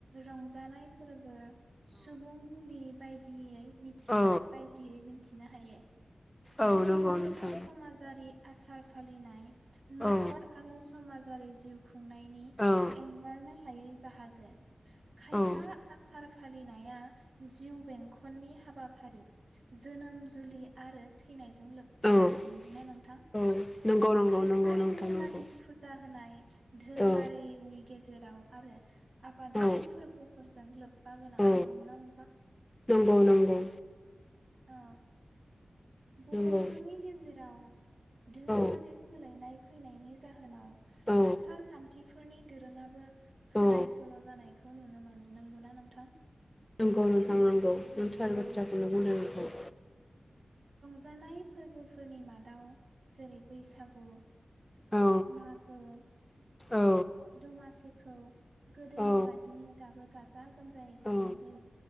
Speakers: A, on the right; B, on the left.
A: रंजानाय फोरबो सुबुं मुलि बायदियै मिथिनो
B: औ
A: हा बायदियै मिथिनो हा थायो ।
B: औ
A: बर'फोरनि
B: नंगौ नोंथां
A: समाजारि आसार फालिनाय नखर
B: औ
A: आरो समाजारि जिउ खु खुंनायनि
B: औ
A: एं एंगारनो हायै बाहाग <unintelligible> खायफा
B: औ
A: आसार फालिनाया जिउ बेंखननि हाबाफारि जोनोम जुलि आरो थैनायजों लोब्बा
B: औ औ
A: गोनां नंगौ ना नोंथां ।
B: औ नंगौ नंगौ
A: खायफा
B: नंगौ नोंथां
A: धोरोमारि
B: नंगौ
A: फुजा होनाय धोरोमारिनि
B: औ
A: जेराव आरो आबादारि
B: औ
A: फोरबोफोरजों लोब ब्बा गोनां
B: औ
A: नंगौना नोंथां
B: नंगौ नंगौ
A: औ बर'फोरनि
B: नंगौ
A: गेजेराव धोरोमारि
B: औ
A: सोलायनाय फैनायनि जाहोनाव
B: औ
A: आसार खान्थि फो फोरनि दोरोङाबो सोलाय
B: औ
A: सोल' जानाय खौ नुनो मोनो नंगौना नोंथां?
B: नंगौ नोंथां नंगौ। नों थार
A: औ
B: बाथ्राखौनो बुंदों नंगौ।
A: जानाय फोरबोफोरनि मादाव जेरै बैसागु
B: औ
A: माग ओ
B: औ
A: दमासिखौ गोदोनि
B: औ
A: बादिनो दाबो गाजा गोमजायै खुंनाय
B: औ
A: जायो